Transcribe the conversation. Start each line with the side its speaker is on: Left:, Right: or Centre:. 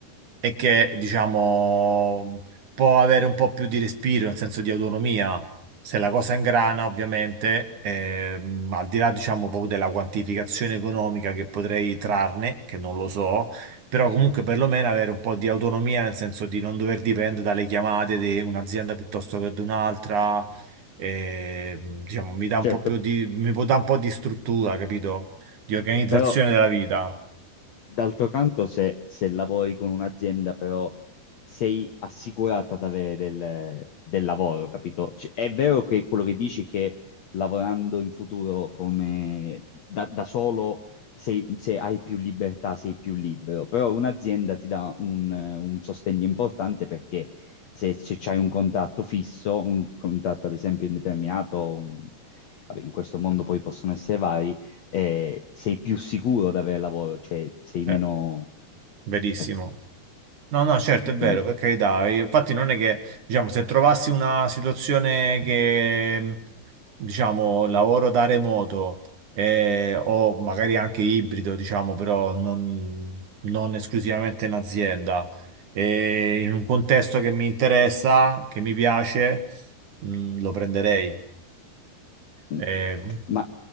Right: e che, diciamo, può avere un po' più di respiro, nel senso di autonomia. Se la cosa ingrana, ovviamente, ehm, al di là, diciamo, proprio della quantificazione economica che potrei trarne, che non lo so, però comunque perlomeno avere un po' di autonomia, nel senso di non dover dipendere dalle chiamate di un'azienda piuttosto che di un'altra, ehm, diciamo, mi dà un
Left: Certo.
Right: po' più di, mi può dare un po' di struttura, capito? Di organizzazione
Left: Però
Right: della vita.
Left: d'altro canto se, se lavori con un'azienda però sei assicurato ad avere del, del lavoro, capito? Cioè, è vero che quello che dici che lavorando in futuro come da, da solo sei- se hai più libertà, sei più libero, però un'azienda ti dà un, un sostegno importante perché se, se c'hai un contratto fisso, un contratto ad esempio indeterminato, un- vabbè, in questo mondo poi possono essere vari, eh, sei più sicuro di avere lavoro, cioè sei
Right: Eh,
Left: meno...
Right: verissimo.
Left: Ecco,
Right: No, no, certo,
Left: e
Right: è
Left: quindi...
Right: vero, per carità. Infatti non è che, diciamo, se trovassi una situazione che, diciamo, lavoro da remoto eh, o magari anche ibrido, diciamo, però non, non esclusivamente in azienda, e in un contesto che mi interessa, che mi piace, mh, lo prenderei.
Left: mm.
Right: Eh,
Left: Ma